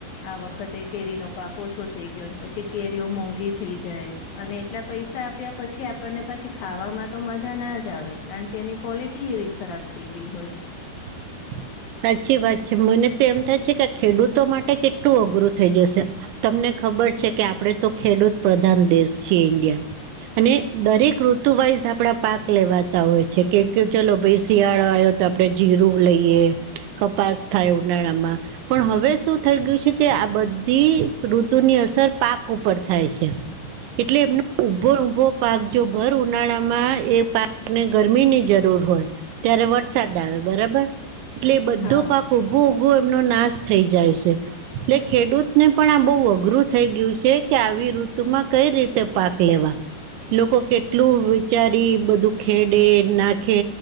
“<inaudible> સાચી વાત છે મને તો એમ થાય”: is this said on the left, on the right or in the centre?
Right